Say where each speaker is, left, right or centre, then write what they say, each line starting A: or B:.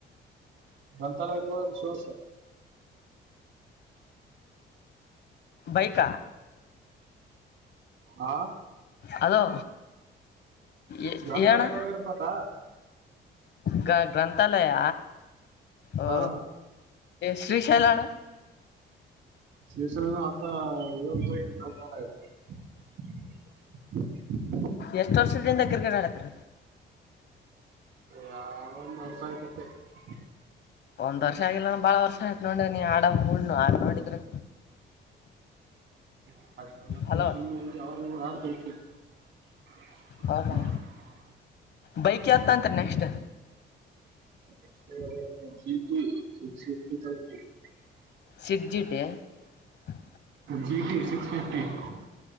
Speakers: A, on the right (about 70°); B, on the left (about 60°).
A: ಗಂತಾಲಪ ಶುಸ
B: ಬೈಕ
A: ಹಾ
B: ಹಲೋ ಎ
A: ಗ್ರಂಥಾಲಯಕ್ಕೆ
B: ಹೇಳಣ್ಣ
A: ಹೋಗ್ಯಾರಪ್ಪ ಆತ
B: ಗ ಗ್ರಂಥಾಲಯ ಓ
A: ಹಾ
B: ಶ್ರೀಶೈಲಣ
A: ಶ್ರೀಶೈಲ ಅಂತ <unintelligible> <unintelligible>
B: ಎಷ್ಟ್ ವರ್ಷದದಿಂದ ಕ್ರಿಕೆಟ್ ಆಡತೀರ
A: ಯಾವ ಒಂದು ವರ್ಸಾಯತ್ <unintelligible>
B: ಒಂದ್ ವರ್ಷ ಆಗಿಲ್ಲಾನ ಬಾಳ ವರ್ಷ ಆಯತತ್ ನೋಡ್ರೆ ನೀನ್ ಆಡ ಮೂಡ್ನು ಆ ನೋಡಿದ್ರೆ.
A: <unintelligible>
B: ಹಲೋ ಹೌದಾ ಬೈಕ್ ಯ್ಯಾ ತಾಂತಿ next
A: <unintelligible>
B: ಸಿಡ್ಜ <unintelligible>
A: G T six fifty <unintelligible>